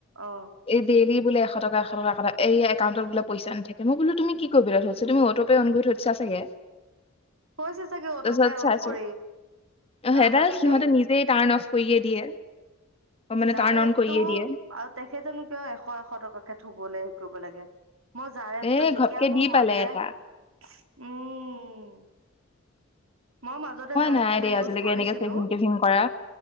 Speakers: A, on the right; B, on the left.
A: অ
B: এই ডেইলি বোলে এশ ট এশ টকা এ এই একাউটত বোলে পইচা নাথাকে মই বোল তুমি কি কৰিবলেৰিছ তুমি অ'টপে অ'ন কৰি ঠৈছে চাগে
A: হৈছে চাগে অটোপে
B: তাৰপিছত
A: অন
B: চাইছো
A: কৰি তাৰ
B: সেইডাল
A: পাছত
B: সিহঁতে
A: এই '
B: নিজেই টাৰ্ণ অফ কৰিয়ে দিয়ে অ মানে
A: যাৰ
B: টাৰ্ণ
A: এপটো
B: অন কৰিয়ে দিয়ে
A: আৰু তেখেতেনো কিয় এশ এশ টকাকে থবলৈ হেৰি কৰিব লাগে মই জানতো
B: এ
A: যেতিয়া
B: ঘপকে
A: মোৰ
B: দি
A: মন
B: পালে
A: যায়
B: এটা
A: উম মই মাজতে যাৰএপটো
B: নাই দেই
A: ইউজ
B: আজিলৈকে
A: কৰিছিলো
B: এনেকে চেভিং টেভিং কৰা